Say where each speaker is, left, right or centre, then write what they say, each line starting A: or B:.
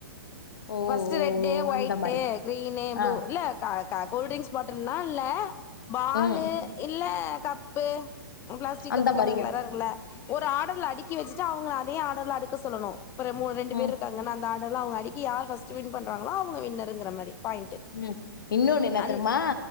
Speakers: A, on the left (about 65°); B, on the left (about 20°).
A: ஓ
B: ஃபர்ஸ்ட்
A: ஓ
B: ரெட்டு
A: ஓ,
B: ஒயட்டு்
A: அந்த மாதிரி
B: க்ரீனு
A: ஆ
B: இல்ல க க கூல்ட்ரிங்க்ஸ் பாட்டல்னா இல்ல பாலு
A: ம்
B: இல்ல கப்பு பிளாஸ்டிக்
A: அந்த
B: கப்பு
A: மாதிரியும்
B: கலர் கலரா இருக்குல்ல ஒரு ஆடர்ல அடக்கி வச்சுட்டு அவங்கள அதே ஆடர்ல அடுக்க சொல்லணு இப்ப மூணு ரெண்டு
A: ம்
B: பேரு இருக்காங்கன்ன அந்த அதல்ல அவங்க அடிக்க யார் ஃபஸ்ட் வின் பண்றாங்களோ அவங்க வின்னர்ங்கிற மாரி பாயிண்ட்டு
A: ம் இன்னொன்னு என்ன
B: அந்
A: தெருமா